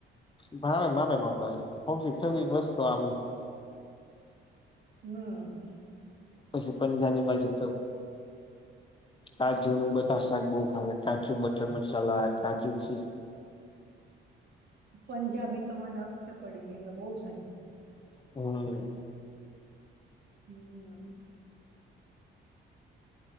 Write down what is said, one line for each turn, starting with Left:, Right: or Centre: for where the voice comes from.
Left: ભ માપે માપે હોશ સ વસ્તુ આપ.
Right: હમ
Left: પછી પણ જાની માજીી તો. કાજુ નું બધા શાક બઉુ ભાવે કાજુ બટર મસાલા કાજુ ચી.
Right: પંજાબી તો મને હતે પડી ગયું બહ ખાધું.
Left: હમ.
Right: હમ.